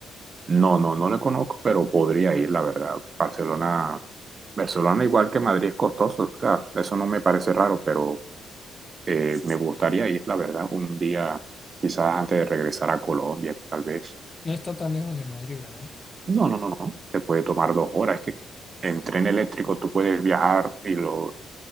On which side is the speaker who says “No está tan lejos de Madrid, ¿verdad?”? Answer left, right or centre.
Left